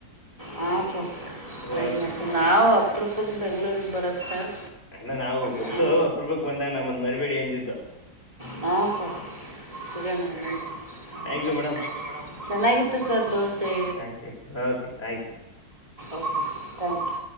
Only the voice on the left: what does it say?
ಓಕೆ
ರೀ
ಅಣ್ಣ ನಾವು ಗೊತ್ತು
ಅಪರೂಪಕ್ಕೆ ಬಂದಾಗ ನಮ್ಮನ್ನು ಮರಿಬೇಡಿ ಅಂದಿದ್ದು.
ಥ್ಯಾಂಕ್
ಯು ಮೇಡಮ್
thank you okay thank you